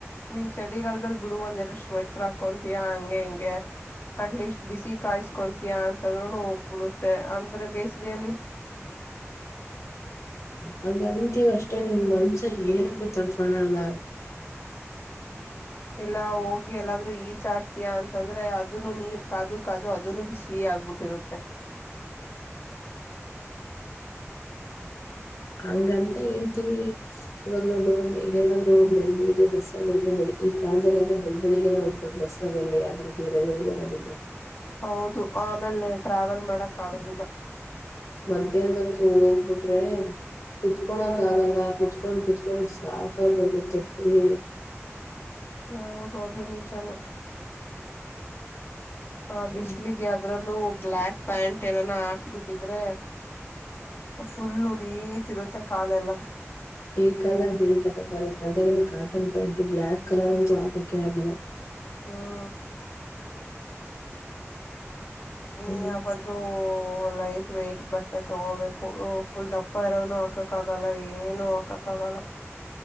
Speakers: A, on the left; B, on the left.
A: ನೀನ್ ಚಳಿಗಾಲದಲ್ಲಿ ಬಿಡು ಒಂದ್ೆರಡು ಸ್ವೆಟರ್ ಹಾಕೊಂತಯಾ ಹಂಗೆ ಹಿಂಗೆ ಅಟ್ಲೀಸ್ಟ್ ಬಿಸಿ ಕಾಯಸ್ಕೊತಯಾ ಅಂತಂದರೂ ಹೋಗ್ಬಿಡುತ್ತೆ ಅಂದ್ರೆ ಬೇಸಿಗೆಯಲ್ಲಿ
B: ಹಂಗ ಅಂತೀವ ಅಷ್ಟೇ ನಿ <inaudible> ಮಂದಷ ಏನುಪೂ ತಕೊಂಡಲ್ಲ
A: ಎಲ್ಲಾ ಹೋಗಿ ಎಲ್ಲಾದ್ರೂ ಈಜಾಡ್ತಿಯಾ ಅಂತಂದ್ರೆ ಅದನ್ನು ನೀರ್ ಕಾದು ಕಾದು ಅದನು ಬಿಸಿ ಆಗ್ಬಿಟ್ಟು ಇರುತ್ತೆ
B: ಹಂಗಂತ ಹೇಳ್ತೀವಿ ಇವಾಗ ದೊಡ್ಡ ಈಗ ಏನಾದ್ರು ಬೆಳ್ಬಿಳಗ್ಗೆ ಬಸ್ ಅ ಹೋಗಿ ಈ ಕಾಲದಲ್ಲೆಲ್ಲ ಬೆಳ್ಳಗ್ನೇ ಹ್ಬೇಕ ಬಸ್ ಯ್ರೂ ಬೇರೆಯವ್ರಗೋಗೋದಿದ್ರೆ
A: ಹೌದು ಆಮೇಲೆ ಟ್ರಾವೆಲ್ ಮಾಡಕ್ ಆಗದಿಲ್ಲ
B: ಮಧ್ಯಾಹ್ ಹತ್ ಹೋಗ್ಬಿಟ್ರೆ ಕುತ್ಕೋಳಕ್ ಆಗಲ್ಲ ಕುತ್ಕೊಂಡ್ ಕುತ್ಕೊಂಡ್ ಸಾಕಾಗ ಹೋಗುತ್ತೆ ಫುಲ್
A: ಹ ಹೌದೌದು ನೀವ್ ಜನ ಹ
B: ಹ್ಮ್
A: ಬಿಸಿ್ಲಿಗೆ ಅದ್ರಲ್ಲೂ ಬ್ಯಾಕ್ ಪ್ಯಾಂಟ್ ಏನಾನ ಹಾಕ್ಬಿಟ್ಟಿದ್ರೆ ಫುಲ್ಲುರಿತಿ ಇರುತ್ತೆ ಕಾಲೆಲ್ಲ
B: ಈಕಾದಾಗ ಜೇನ್ಸ್ ಆಗಾಗ ಕಾದನ್ ಕಾಟನ್ ಪ್ಯಾಂಟ್ ಬ್ಲ್ಯಾಕ್ ಕಲರ್ ಅಂತೂ ಹಾಕಕ್ಕೆ ಆಗಲ್ಲ
A: ಹ್ಮ್ಮ್ ಈ
B: ಹ್ಮ್
A: ಯಬಾದ್ರೂ ಲೈಟ್ ವೇಟ್ ಬಟ್ಟೆ ತಗೋಬೇಕು ಫುಲ್ ದಪ್ಪ ಇರೋನು ಹಾಕಕ್ ಆಗಲ್ಲ ಏನು ಹಾಕಕ್ ಆಗಲ್ಲ